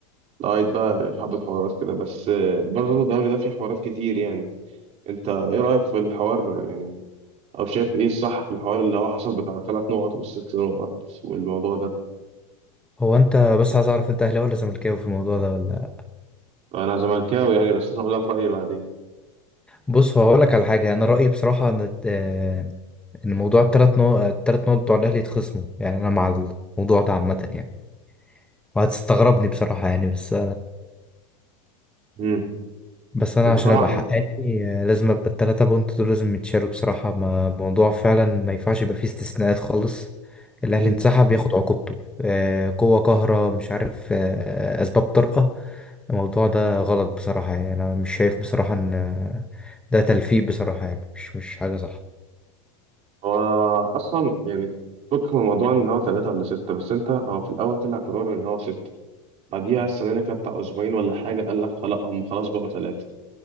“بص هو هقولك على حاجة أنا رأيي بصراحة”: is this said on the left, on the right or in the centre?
Centre